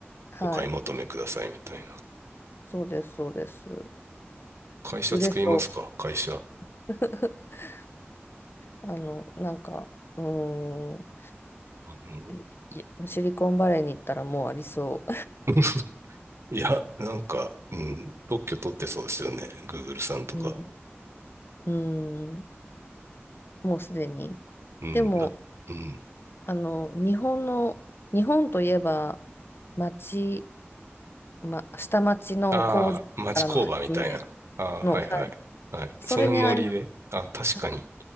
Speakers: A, on the left (about 55°); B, on the right (about 80°).
A: はい、
B: お買い求めくださいみたいな。
A: そうです、そうです。
B: 会社作りますか、
A: 売れそう。
B: 会社。
A: <laughs> あの、なんか、うーん、
B: あの、
A: いいシリコンバレーに行ったらもうありそ
B: <laughs> いや、なんか、うん、特許取ってそうですよね。Google さんとか。
A: う。<laughs> うん、うんもうすでに。
B: うん、
A: でも、
B: だ、うん。
A: あの、日本の、日本といえば、町、ま、下町の工場からの発明
B: ああ、町工場みたいな。ああ、
A: の、
B: はいはい。
A: はい。
B: はい。
A: それ狙います。
B: そのノリで。あ、確かに。
A: はい。